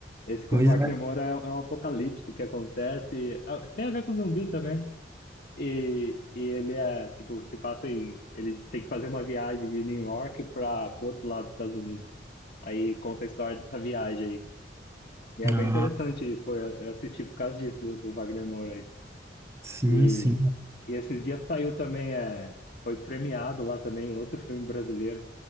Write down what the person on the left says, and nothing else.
Esse com
o Wagner
Moura é, um é um apocalipse que acontece. ah, Tem a ver com zumbi também. E, e ele é, tipo, se passa em. Ele tem que fazer uma viagem de New York para o outro lado dos Estados Unidos. Aí conta a história dessa viagem aí. E é
bem interessante, pô, eu eu assisti por causa disso, do, do Wagner Moura aí.
E,
e esses dias saiu também, é, foi premiado lá também outro filme brasileiro.